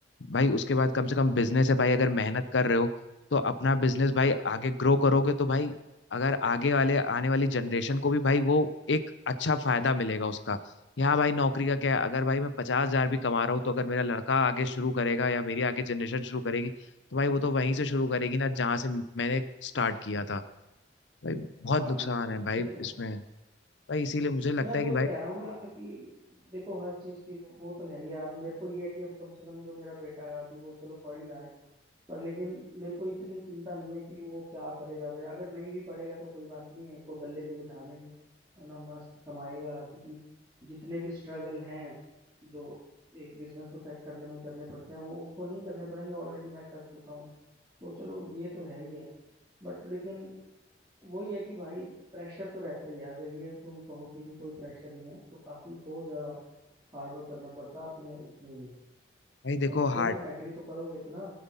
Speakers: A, on the left (about 80°); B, on the right (about 20°).
A: भाई उसके बाद कम से कम बिजनेस है भाई अगर मेहनत कर रहे हो तो अपना बिजनेस भाई आगे ग्रो करोगे तो भाई अगर आगे वाले आने वाली जनरेशन को भी भाई वो एक अच्छा फायदा मिलेगा उसका यहाँ भाई नौकरी का क्या है अगर भाई मैं पचास हजार भी कमा रहा हूँ तो अगर मेरा लड़का आगे शुरू करेगा या मेरी आगे जनरेशन शुरू करेगी तो भाई वो तो वहीं से शुरू करेगी ना जहाँ से मैंने स्टार्ट किया था भाई बहुत
B: हाँ
A: नुकसान
B: हाँ हाँ
A: है भाई
B: ये तो
A: इसमें
B: है
A: भाई इसीलिए मुझे लगता
B: मैं
A: है
B: वही
A: कि भाई
B: कह रहा हूँ ना कि देखो हर चीज की वो तो है ही अब मेरे को ये है कि अब कम से कम जो मेरा बेटा है अभी वो चलो पढ़ ही रहा है पर लेकिन मेरे को इतनी चिंता नहीं है कि वो क्या करेगा अगर अगर नहीं भी पढ़ेगा तो कोई बात नहीं है इसको गले पे बिठा देंगे और ना मस्त कमाएगा क्योंकि जितने भी स्ट्रगल हैं जो एक बिजनेस को सेट करने में करने पड़ते हैं वो उसको नहीं करने पड़ेंगे ऑलरेडी मैं कर चुका हूँ तो चलो ये तो है ही है बट लेकिन वही है कि भाई प्रेशर तो रहता ही है अगर ये तुम कहो कि भी कोई प्रेशर नहीं है तो काफी बहुत ज्यादा हार्ड वर्क करना पड़ता है अपने उसमें भी
A: भाई देखो
B: समझते
A: हार्ड
B: हो ना एग्री तो करोगे इतना